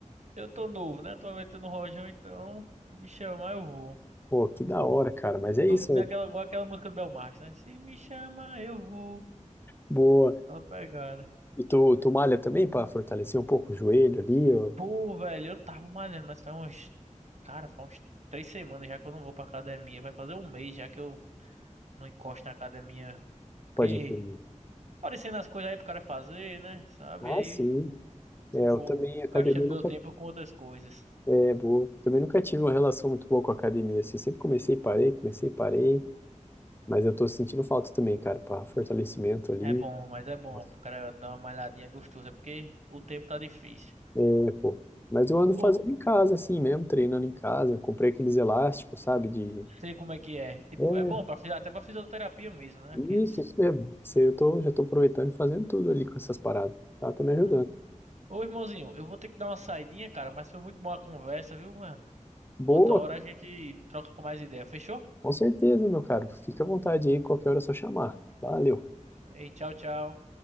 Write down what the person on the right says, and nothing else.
eu tô novo, né? Tô metendo no rojão, então me chamar eu vou.
Tô
com
aquela, igual aquela música do Belmarx, né? Se me chama eu vou.
Aquela pegada.
Pô, velho, eu tava malhando, mas faz uns. Cara, faz uns três semanas já que eu não vou pra academia. Vai fazer um mês já que eu não encosto na academia. Porque
aparecendo as coisas aí pro cara fazer, né? Sabe?
Aí
vou
gastando
meu tempo com outras coisas.
É bom, mas é bom
pro cara dar uma malhadinha gostosa, porque o tempo tá difícil.
Ou
sei como é que é. Tipo,
é bom para até pra fisioterapia mesmo, né?
Aqueles.
né? Ô, irmãozinho, eu vou ter que dar uma saidinha, cara, mas foi muito boa a conversa, viu, mano?
Outra hora a gente troca mais ideia, fechou?
E tchau, tchau.